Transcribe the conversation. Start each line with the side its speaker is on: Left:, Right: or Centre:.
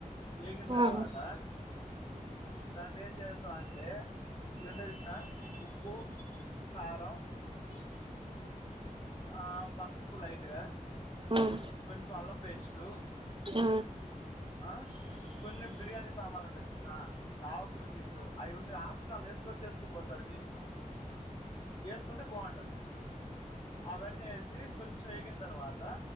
Left: ఏగిన్ తర్వాత
Right: ఆ.
Left: దాన్నేం చేస్తావంటే ఇవంటే చేసిన ఉప్పు, కారం ఇ ఆ పసుపు లైట్ గా
Right: ఉమ్
Left: కొంచెం అల్లం పేస్ట్టు
Right: ఆ
Left: ఆ కొన్ని బిర్యానీ సామాన్లు ఉంటాయ్ చూస్నా ఆకులు గీకులు అవి ఉండి ఆక్ ఎక్స్ట్రాల్ వేస్కోవచ్చు వేసుకోపోవచ్చు అది నీ ఇష్టం వేస్ కుంటే బాగుంటది అవన్నీ వేసి కొంచెం వేగిన్ తర్వాత్ దా